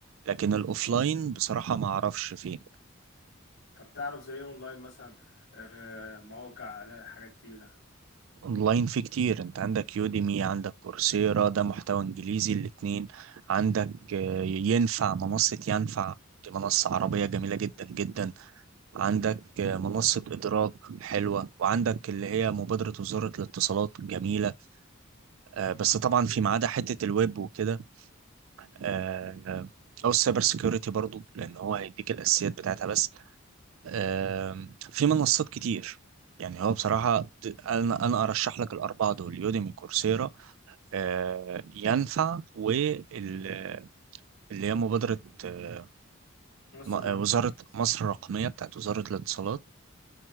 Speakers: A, on the right; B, on the left.
A: لكن الاوفلاين بصراحة ما اعرفش فيه
B: طب تعرف زي ايه اونلاين مثلا آه مواقع على حاجات تقيلة
A: اونلاين في كتير انت عندك يوديمي عندك كورسيرا ده محتوى انجليزي الاتنين عندك آه، ينفع منصة ينفع دي منصة عربية جميلة جدا جدا عندك آه، منصة إدراك حلوة وعندك اللي هي مبادرة وزارة الاتصالات جميلة آه، بس طبعا
B: امم
A: في ما عدا حتة الويب وكده آه، او السايبر سيكيورتي برضو لان هو هيديك الاساسيات بتاعتها بس آم، في منصات كتير يعني هو بصراحة ت- أنا أنا أرشح لك الأربعة دول يوديمي كورسيرا آه، ينفع واللي هي مبادرة آه،
B: مصر
A: م- آه،
B: الرقمية
A: وزارة مصر الرقمية بتاعت وزارة الاتصالات